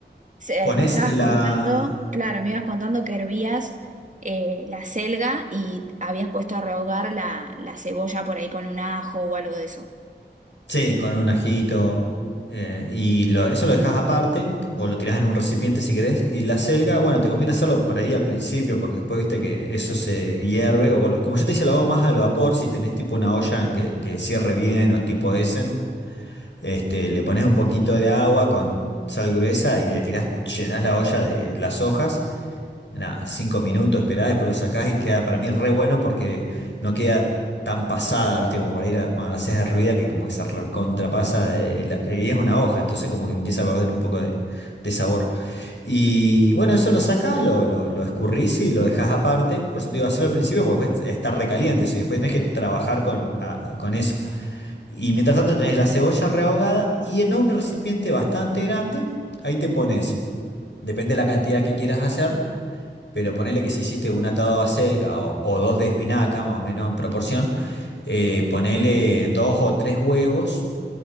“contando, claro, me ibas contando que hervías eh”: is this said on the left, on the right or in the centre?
Right